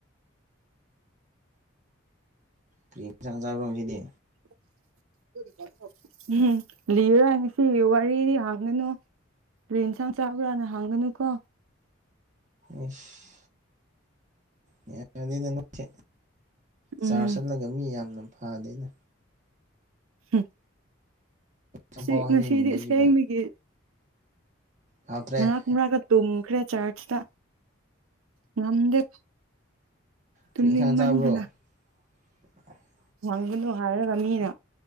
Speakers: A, on the right (about 35°); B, on the right (about 80°).
A: ꯀ꯭ꯔꯤ ꯏꯟꯁꯥꯡ ꯆꯥꯕ꯭ꯔꯣ ꯉꯁꯤꯗꯤ
B: <unintelligible> ꯎꯝꯍꯨꯝ ꯂꯤꯔꯔꯣꯏ ꯉꯁꯤꯒꯤ ꯋꯥꯔꯤꯗꯤ ꯍꯪꯒꯅꯨ ꯀꯔꯤ ꯏꯟꯁꯥꯡ ꯆꯥꯕ꯭ꯔꯥꯅ ꯍꯪꯒꯅꯨꯀꯣ
A: ꯑꯁ ꯍꯦꯟꯃꯜꯂꯦꯗ ꯅꯣꯢꯗꯤ
B: ꯎꯝ
A: ꯆꯥꯔꯁ ꯆꯠꯂꯒ ꯃꯤ ꯌꯥꯝꯅ ꯐꯅꯤꯗ
B: ꯍꯨ
A: ꯆꯝꯐꯥꯎ
B: ꯁꯤ
A: ꯍꯥꯏꯅꯤꯡꯕꯁꯤꯕꯨ
B: ꯉꯁꯤꯗꯤ ꯑꯁ ꯍꯌꯦꯡꯗꯒꯤ
A: ꯍꯥꯎꯇ꯭ꯔꯦ
B: ꯃꯔꯛ ꯃꯔꯛꯇ ꯇꯨꯝꯈ꯭ꯔꯦ ꯆꯥꯔꯆꯇ ꯉꯝꯗꯦ ꯇꯨꯝꯅꯤꯡ
A: ꯀ꯭ꯔꯤ ꯏꯟꯁꯥꯡ ꯆꯥꯕ꯭ꯔꯣ
B: ꯃꯟꯗꯅ
A: <inaudible>
B: ꯍꯪꯒꯅꯨ ꯍꯥꯏꯔꯒ ꯃꯤꯅ